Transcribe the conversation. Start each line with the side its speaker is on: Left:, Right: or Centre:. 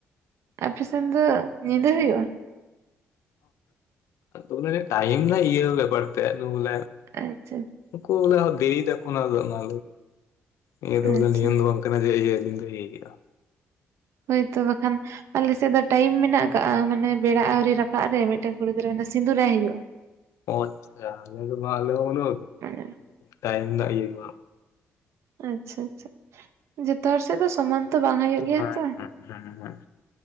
Right: ᱟᱯᱮ ᱥᱮᱱ ᱫᱚ ᱧᱤᱫᱟᱹ ᱦᱩᱭᱩᱜ-ᱟ
Left: ᱚ ᱦᱮᱸ ᱴᱟᱭᱤᱢ ᱤᱭᱟᱹ ᱵᱮᱯᱟᱨ ᱛᱮ ᱵᱚᱞ
Right: ᱟᱪᱪᱷᱟ
Left: ᱠᱩ ᱵᱚᱞᱮ ᱵᱮᱨᱤ ᱫᱱᱟ ᱤᱭᱟᱹ ᱫᱚ ᱵᱚᱞᱮ
Right: ᱟᱪᱪᱷᱟ
Left: ᱱᱤᱭ ᱵᱟᱝ ᱡᱮ ᱤᱞᱭᱟᱹ
Right: ᱦᱚᱭᱛᱚ ᱵᱟᱠᱷᱟᱱ ᱟᱞᱮᱥᱮᱫ ᱫᱚ ᱴᱟᱭᱤᱢ ᱢᱮᱱᱟᱜ ᱟᱠᱟᱜ-ᱟ ᱢᱟᱱᱮ ᱵᱮᱲᱟ ᱟᱹᱣᱨᱤ ᱨᱟᱠᱟᱵ ᱨᱮ ᱢᱤᱫᱴᱮᱱ ᱠᱩᱲᱤ ᱜᱤᱫᱽᱟᱹᱟᱱᱮ ᱥᱤᱸᱫᱩᱨ ᱟᱭ ᱦᱩᱭᱩᱜ-ᱟ
Left: ᱟᱪ ᱪᱷᱟ ᱟᱞᱮ ᱫᱚᱞᱮ
Right: ᱢᱟᱱᱮ
Left: ᱴᱟᱭᱤᱢ ᱜᱮ
Right: ᱟᱪ ᱪᱷᱟ ᱟᱪ ᱪᱷᱟ ᱡᱚᱛᱚ ᱦᱚᱲ ᱥᱮᱫ ᱫᱚ‌ ᱥᱚᱢᱟᱱ ᱛᱚ ᱵᱟᱝ ᱦᱩᱭᱩᱜ ᱜᱮᱭᱟ
Left: ᱦᱮᱸ
Right: ᱛᱚ
Left: ᱦᱮᱸ ᱦᱮᱸ ᱦᱮᱸ